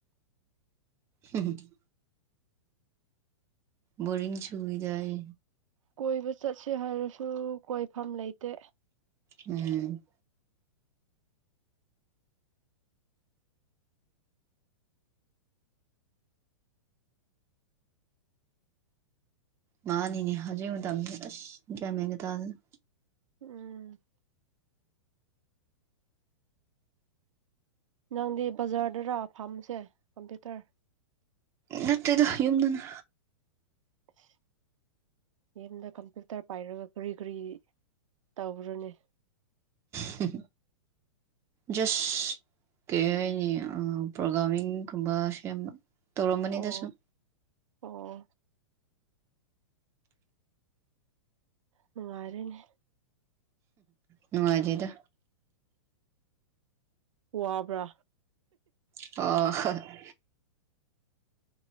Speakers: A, on the right; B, on the right.
A: ꯍꯝ <unintelligible> ꯕꯣꯔꯤꯡꯁꯨꯨꯗꯥꯏ
B: ꯀꯣꯏꯕ ꯆꯠꯁꯦ ꯍꯥꯏꯔꯁꯨ ꯀꯣꯏꯐꯝ ꯂꯩꯇꯦ
A: ꯎꯝ ꯃꯥꯅꯤꯅꯦ ꯍꯥꯏꯖꯤꯛ ꯃꯇꯝꯁꯦ ꯑꯥꯁ ꯌꯥꯝ ꯃꯦꯟꯒꯥ ꯇꯥꯗꯦ ꯗ
B: ꯎꯝ ꯅꯪꯗꯤ ꯕꯖꯥꯔꯗꯔꯥ ꯐꯥꯝꯕꯁꯦ ꯀꯝꯄ꯭ꯌꯨꯇꯔ
A: ꯅꯠꯇꯦꯗ ꯌꯨꯝꯗꯅ
B: <inaudible> ꯌꯨꯝꯗ ꯀꯝꯄ꯭ꯌꯨꯇꯔ ꯄꯥꯏꯔꯒ ꯀꯔꯤ ꯀꯔꯤ ꯇꯧꯕ꯭ꯔꯅꯦ
A: ꯍ ꯖꯁ ꯀꯩ ꯍꯥꯏꯅꯤ ꯄ꯭ꯔꯣꯒꯥ꯭ꯔꯒꯥꯃꯤꯡꯒꯨꯝꯕ ꯁꯦꯝꯕ ꯇꯧꯔꯝꯕꯅꯤꯗ
B: ꯑꯣ
A: ꯁꯨꯝ
B: ꯑꯣ ꯅꯨꯡꯉꯥꯏꯔꯦꯅꯦ
A: ꯅꯨꯡꯉꯥꯏꯇꯦꯗ
B: ꯋꯥꯕ꯭ꯔꯥ
A: ꯑ